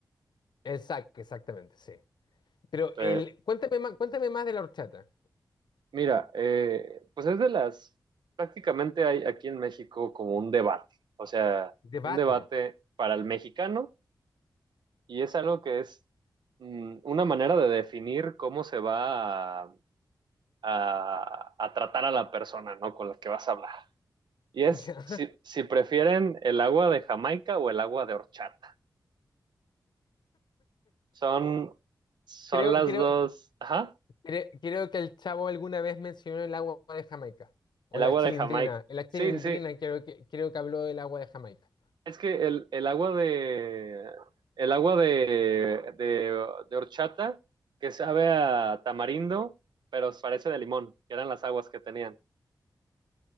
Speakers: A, on the left; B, on the right.
A: Exacto, exactamente, sí. Pero
B: Eh,
A: el, cuéntame más, cuéntame más de la horchata.
B: mira, eh, pues es de las, prácticamente hay aquí en México como un debate, o sea,
A: Debate.
B: un debate
A: <laughs>
B: para el mexicano y es algo que es mm, una manera de definir cómo se va a, a- a tratar a la persona, ¿no? Con la que vas a hablar. Y es
A: Ya.
B: si, si prefieren el agua de Jamaica o el agua de horchata. Son, son
A: Creo,
B: las
A: creo,
B: dos, ajá.
A: cre- creo que el chavo alguna vez mencionó el agua de Jamaica. O
B: El
A: la
B: agua
A: chilindrina.
B: de Jamaica.
A: La chilindrina
B: Sí, sí, sí.
A: creo que, creo que habló del agua de Jamaica.
B: Es que el, el agua de el agua de, de, de horchata que sabe a tamarindo, pero parece de limón, que eran las aguas que tenían.